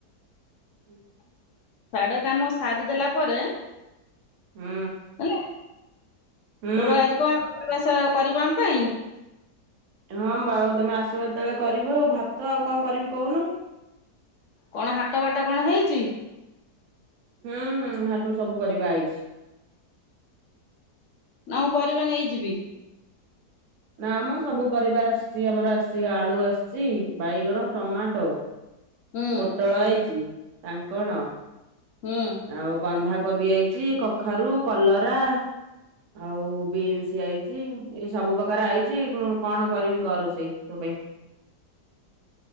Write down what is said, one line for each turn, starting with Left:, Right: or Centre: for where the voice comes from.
Right: <inaudible>
Left: ସାଡ଼େ କାମ ସାରିଦେଲା ପରେ
Right: ହୁଁ।
Left: ହେଲା
Right: ହୁଁ
Left: ସଟୁ ଆଜି କଣ ରୋଷେଇ ବାସ କରିବ ଆମ ପାଇଁ?
Right: ହଁ ବାଉ ତମେ ଆସିବ ଯେତେବେଳେ କରିବି ଆଉ ଭାତ ଆଉ କଣ କରିବି କହୁନୁ?
Left: କଣ ହାଟ ବାଟ କଣ ହେଇଚି?
Right: ହୁଁ ହୁଁ ହାଟରୁ ସବୁ ପରିବା ଆଇଚି।
Left: ନା ମୁଁ ପରିବା ନେଇଯିବି?
Right: ନା ମ ସବୁ ପରିବା ଆସିଚି ଆମର ଆସିଚି ଆଳୁ ଆସିଚି ବାଇଗଣ ଟମାଟୋ
Left: ହୁଁ
Right: ପୋଟଳ ଆଇଚି କାଙ୍କଣ
Left: ହୁଁ।
Right: ଆଉ ବନ୍ଧାକୋବି ଆଇଚି କଖାରୁ କଲରା ଆଉ ବିନ୍ସ ଆଇଚି ଏଇ ସବୁ ପ୍ରକାର ଆଇଚି କଁ କଣ କରିବି କଅ ରୋଷେଇ ତୋ ପାଇଁ?